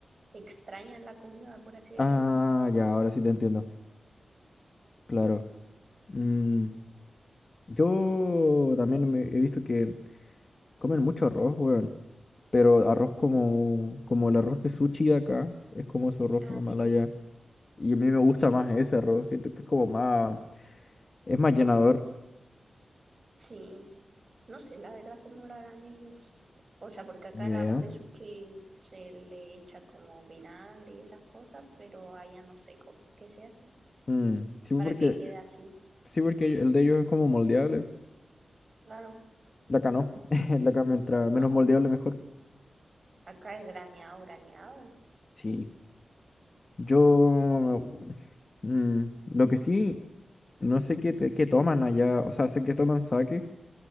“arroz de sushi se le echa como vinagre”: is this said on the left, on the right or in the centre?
Right